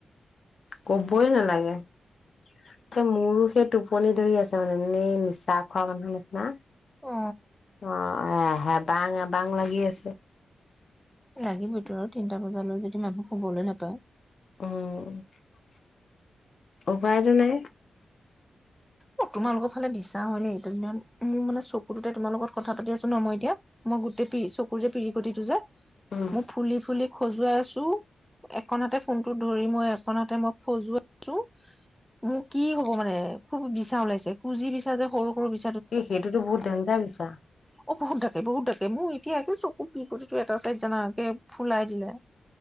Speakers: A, on the left; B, in the centre.
A: কবই নালাগে। এ মোৰো সেইটো- পনি ধৰি আছে মানে এনেই নিছা খোৱা মানুহৰ নিচিনা।
B: অ
A: অ আহ হাত <unintelligible> বাং আবাং লাগি আছে।
B: লাগিবতো আৰু তিনটা বজালৈ যদি মানুহ শুবলৈ নাপায়,
A: অহ উপাইটো নাই।
B: উ তোমালোকৰ ফালে বিছা হয়নে এইকেইদিনত? মোৰ মানে চকুটোতে তোমাৰ লগত কথা পাতি আছো ন মই এতিয়া মই গোটেই পি চকুৰ যে পিৰি টো যে
A: উম
B: মই ফুলি ফুলি খজুৱাই আছো এখনহাতে ফোনটোত ধৰি মই এখনহাতে মই খজুৱাই আছে মোৰ কি হ'ব মানে? খুব বিছা ওলাইছে খোজিচা যে সৰু সৰু বি
A: এ সেইটোতো বহুত ডেঞ্জাৰ বিছা
B: অ বহুত থাকে বহুতাকে মোৰ এতিয়াাকে চকু বিকটো এটা চাইদ জানকে ফুলাই দিলে